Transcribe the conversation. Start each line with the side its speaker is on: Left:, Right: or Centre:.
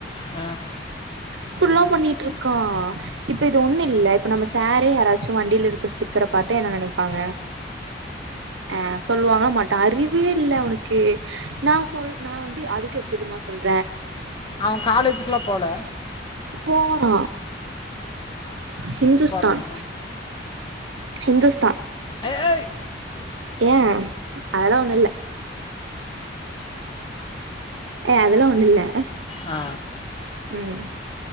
Left: அ
Right: இப்புல்லா பண்ணிட்ருக்கான் இப்ப இது ஒன்னு இல்ல இப்ப நம்ம சாரே யாராச்சு வண்டில இருக்க ஸ்டிக்கர பாத்தா என்ன நெனைப்பாங்க அ சொல்லுவாங்ளா மாட்டாங்க அறிவே இல்ல அவனுக்கு நா சொல் நான் வந்து அதுக்கு எப்டி தெரிமா சொல்ற
Left: அவன் காலேஜூக்குலா போல
Right: போறான் ஹிந்துஸ்தான்
Left: போகிறான்
Right: ஹிந்துஸ்தான்
Left: எ ஏய்
Right: ஏன் அதெல்லா ஒன்னுல்ல ஏ அதெல்லா ஒன்னுல்ல
Left: ஆ
Right: ம்